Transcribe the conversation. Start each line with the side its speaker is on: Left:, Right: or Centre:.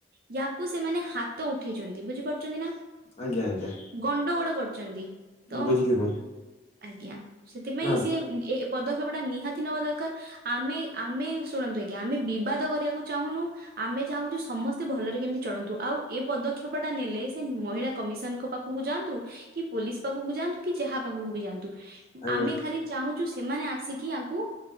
Right: ୟାକୁ ସେମାନେ ହାତ ଉଠେଇଛନ୍ତି ବୁଝିପାରୁଛନ୍ତି ନା।
Left: ଆଜ୍ଞା ଆଜ୍ଞା।
Right: ଗଣ୍ଡଗୋଳ କରୁଚନ୍ତି ତ
Left: ବୁଝିଲି ମୁଁ
Right: ଆଜ୍ଞା ସେଥିପାଇଁ
Left: ନା
Right: ସିଏ ପଦକ୍ଷେପ ଟା ନିହାତି ନେବା ଦରକାର ଆମେ ଆମେ ଶୁଣନ୍ତୁ ଆଜ୍ଞା ଆମେ ବିବାଦ କରିବାକୁ ଚାହୁଁନୁ। ଆମେ ଚାହୁଁଛୁ ସମସ୍ତେ ଭଲରେ କେମିତି ଚଳନ୍ତୁ ଆଉ ଏ ପଦକ୍ଷେପ ଟା ନେଲେ ସେ ମହିଳା କମିଶନଙ୍କ ପାଖକୁ ଯାଆନ୍ତୁ କି ପୋଲିସ ପାଖକୁ ଯାଆନ୍ତୁ କି ଯାହା ପାଖକୁ ଯାଆନ୍ତୁ
Left: ଆଜ୍ଞା
Right: ଆମେ ଖାଲି ଚାହୁଁଚୁ ସି ସେମାନେ ଆସିକି ଆଙ୍କୁ